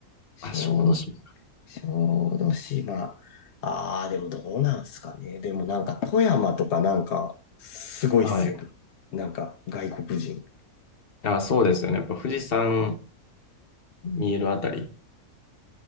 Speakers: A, on the left; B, on the left.
A: 小
B: あ、小豆島。
A: 小豆島。ああ、でもどうなんすかね。でもなんか富山とかなんかすごいっすよ。
B: はい。
A: なんか外国人。
B: あ、そうですよね。やっぱ富士山見えるあたり。